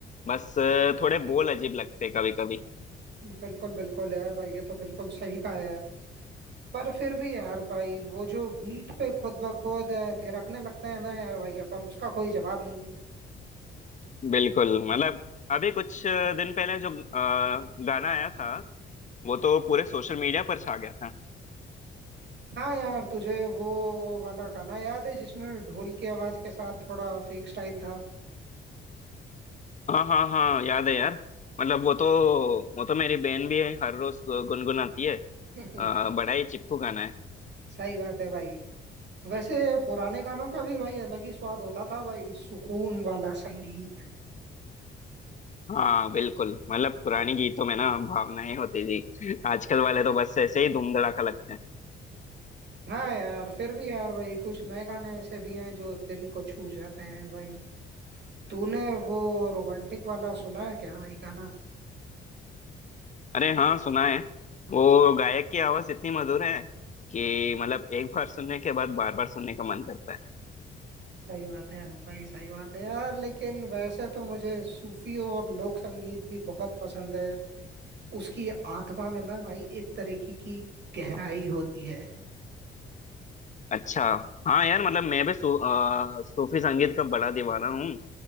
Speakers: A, on the left (about 40°); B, on the right (about 60°).
A: बस अ, थोड़े बोल अजीब लगते कभी कभी
B: बिल्कुल बिल्कुल यार भाई ये तो बिल्कुल सही कहा है यार पर फिर भी यार भाई वो जो बीट पे खुद ब खुद अ, थिरकने लगता है ना यार भाई अपन उसका कोई जवाब नहीं है
A: बिल्कुल मतलब अभी कुछ दिन पहले जो अ, गाना आया था वो तो पूरे सोशल मीडिया पर छा गया था
B: हाँ यार तुझे वो वाला गाना याद है जिसमें ढोल की आवाज के साथ थोड़ा फेक स्टाइल था
A: हाँ हाँ हाँ याद है यार मतलब वो तो वो तो मेरी बहन भी हर रोज गुनगुनाती है
B: <laughs>
A: अ, बड़ा ही चिपकू गाना है
B: सही बात है भाई वैसे पुराने गानों का भी भाई अलग ही स्वाद होता था भाई सुकून वाला संगीत
A: हाँ बिल्कुल मतलब पुरानी गीतों में ना भावनाएं होती थी आजकल वाले तो बस ऐसे ही धूम धड़ाका लगते हैं
B: हाँ यार फिर भी यार भाई कुछ नए गाने ऐसे भी हैं जो दिल को छू जाते हैं भाई तूने वो रोमांटिक वाला सुना है क्या भाई गाना
A: अरे हाँ सुना है वो गायक की आवाज इतनी मधुर है कि मतलब एक बार सुनने के बाद बार बार सुनने का मन करता है
B: सही बात है यार भाई सही बात है यार लेकिन वैसे तो मुझे सूफी और लोक संगीत भी बहुत पसंद है उसकी आत्मा में ना भाई एक तरीके की गहराई होती है
A: अच्छा हाँ यार मतलब मैं भी सू, अ, सूफी संगीत का बड़ा दीवाना हूँ